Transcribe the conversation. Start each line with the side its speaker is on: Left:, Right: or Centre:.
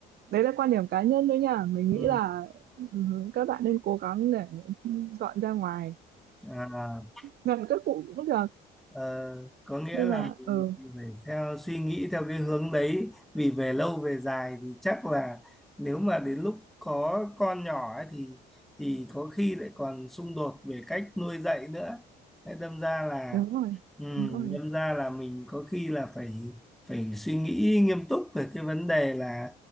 Right: đấy là quan điểm cá nhân thôi nha mình
Centre: Ừ.
Right: nghĩ là ừ, các bạn nên cố gắng để dọn ra ngoài
Centre: À.
Right: gần các cụ cũng được
Centre: Ờ, có nghĩa
Right: nhưng
Centre: là
Right: mà ừ
Centre: mình phải theo suy nghĩ theo cái hướng đấy vì về lâu về dài thì chắc là nếu mà đến lúc có con nhỏ ấy thì thì có khi lại còn xung đột về cách nuôi dạy nữa Thế đâm ra là
Right: đúng rồi
Centre: ừm,
Right: đúng rồi
Centre: đâm ra là mình có khi là phải phải suy nghĩ nghiêm túc về cái vấn đề là